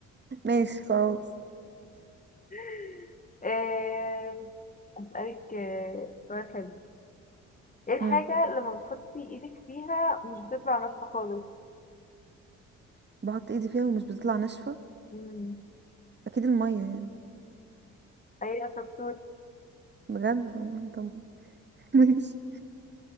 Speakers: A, on the right; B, on the left.
A: ماشي خلاص
B: <laughs> آه، أسألك آه، سؤال حلو ايه الحاجة
A: مم.
B: لما بتحطي ايدك فيها مش بتطلع ناشفة خالص
A: بحط ايدي فيها ومش بتطلع ناشفة
B: مم.
A: أكيد المية يعني
B: ايوه شطور
A: بجد والله طب <laughs> ماشي